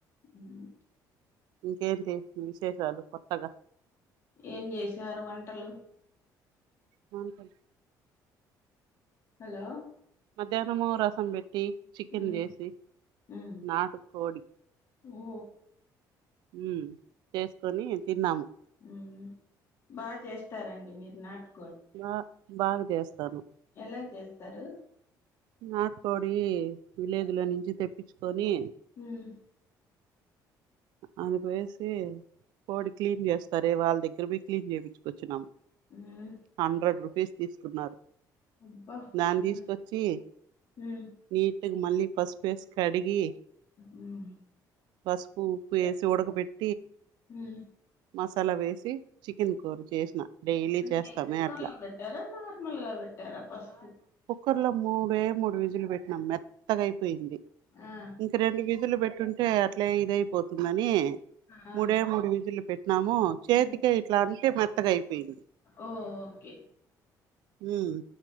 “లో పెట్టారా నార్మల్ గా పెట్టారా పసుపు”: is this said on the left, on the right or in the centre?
Left